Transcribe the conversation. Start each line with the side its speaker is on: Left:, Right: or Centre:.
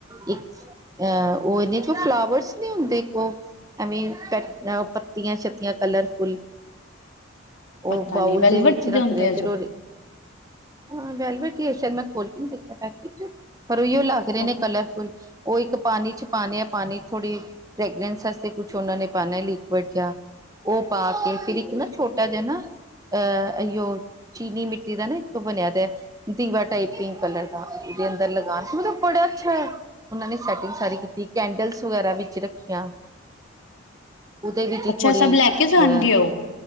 Right: ਇੱਕ ਅਹ ਉਹ ਇਹਨੇ ਜੋ ਫਲਾਵਰਸ ਨੇ ਹੁੰਦੇ ਇੱਕ ਉਹ ਆਈ ਮੀਨ ਪ ਪੱਤੀਆਂ-ਸ਼ਤੀਆਂ ਕਲਰਫੁਲ
Left: ਪਤਾ
Right: ਉਹ ਬਾਊਲ
Left: ਨੀ ਵੈਲਵਟ
Right: ਦੇ ਵਿੱਚ ਰੱਖਦੇ
Left: ਹੁੰਦੇ
Right: ਆ
Left: ਜੋ
Right: ਫਿਰ ਉਹ ਹਾਂ ਵੈਲਵਟ ਸ਼ ਮੈਂ ਖੋਲ ਕੇ ਨਹੀਂ ਵੇਖਿਆ ਪੈਕੇਟ। ਪਰ ਉਈਓ ਲਗ ਰਹੇ
Left: ਹੂੰ
Right: ਨੇ ਕਲਰਫੁਲ ਉਹ ਇੱਕ ਪਾਨੀ ਚ ਪਾਨੇ ਆ ਪਾਣੀ ਥੋੜ੍ਹੀ ਫਰੈਗਰੈਂਸ ਵਾਸਤੇ ਕੁਛ ਉਹਨਾਂ ਨੇ ਪਾਨੇ ਲੀਕੁਡ ਜਾਂ। ਉਹ ਪਾ ਕੇ ਫਿਰ ਇੱਕ ਨਾ ਛੋਟਾ ਜਿਹਾ ਨਾ ਅਹ ਅਈਓ ਚੀਨੀ ਮਿੱਟੀ ਦਾ ਨਾ ਇੱਕ ਬਨਿਆ ਦਆ ਦੀਵਾ ਟਾਈਪ ਪਿੰਕ ਕਲਰ ਦਾ। ਵੇ ਅੰਦਰ ਲਗਾਨ ਮਤਲਬ ਬੜਾ ਅੱਛਾ ਉਹਨਾਂ ਨੇ ਸੈਟਿੰਗ ਸਾਰੀ ਕੀਤੀ ਕੈਂਡਲਸ ਵਗੈਰਾ ਵਿੱਚ ਰੱਖੀਆਂ। ਉਹਦੇ ਵਿੱਚ ਹੀ
Left: ਅੱਛਾ
Right: ਥੋੜ੍ਹੀ
Left: ਸਭ ਲੈ ਕੇ ਜਾਣਗੇ
Right: ਅਹ
Left: ਉਹ